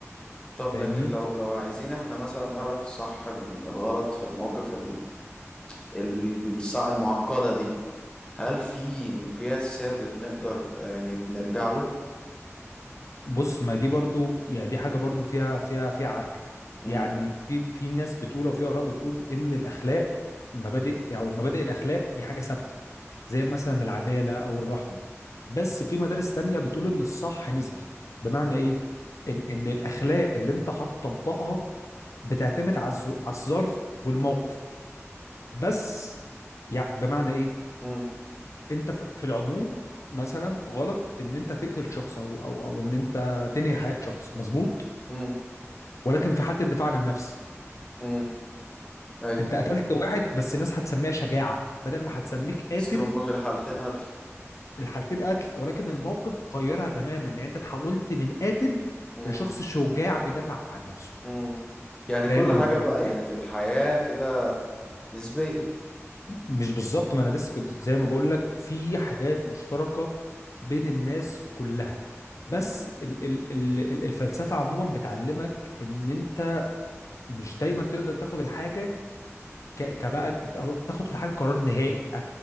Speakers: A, on the left (about 15°); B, on the left (about 80°).
A: طب
B: فاهمني
A: لكن لو لو عايزين إحنا مثلا نعرف الصح من الغلط في المواقف ال- ال- الصع- المعقدة دي هل في مقياس ثابت نقدر آه، يعني بنرجع له؟
B: بص ما دي برضو يعني دي حاجة برضو فيها فيها فيها عركة
A: مم.
B: يعني في في ناس بتقول او في آراء بتقول ان الاخلاق مبادئ او المبادئ الاخلاق دي حاجة ثابتة زي مثلا العدالة او الرحمة بس في مدارس تانية بتقول ان الصح نسبي بمعنى ايه ان ان الاخلاق اللي انت هتطبقها بتعتمد على الز- على الظرف والموقف بس يعني بمعنى ايه
A: مم.
B: انت في في العموم مثلا غلط ان انت تقتل شخص او او او ان انت تنهي حياة شخص مظبوط
A: مم.
B: ولكن في حالة الدفاع عن النفس
A: مم. أيوه
B: انت قتلت واحد بس الناس هتسميها شجاعة بدل ما هتسميك قاتل
A: بس هما في الحالتين قتل
B: الحالتين قتل ولكن الموقف غيرها تماما يعني انت تحولت من قاتل
A: مم.
B: لشخص شجاع بيدافع عن نفسه
A: مم. يعني
B: فاهم
A: كل
B: اللي
A: حاجة
B: بكلمك
A: بقى
B: فيه
A: يعني في الحياة كده نسبية
B: مش بالظبط ما انا لسه كنت زي ما بقول لك في حاجات مشتركه بين الناس كلها
A: مم.
B: بس ال ال ال ال- الفلسفه عموما بتعلمك ان انت مش دايما تقدر تاخد الحاجه ك- كبقى او تاخد في الحاجه قرار نهائي أك-